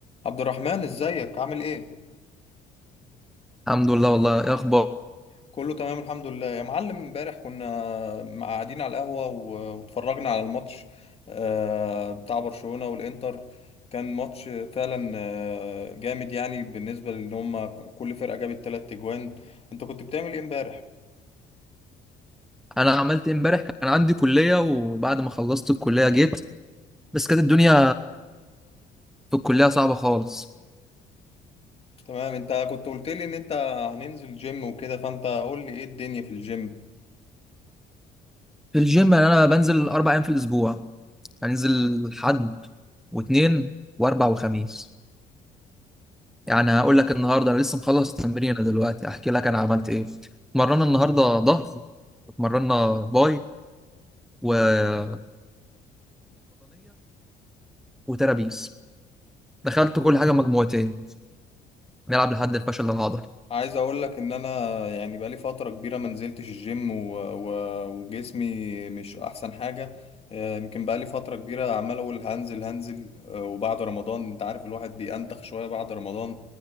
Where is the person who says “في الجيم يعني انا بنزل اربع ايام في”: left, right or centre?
Centre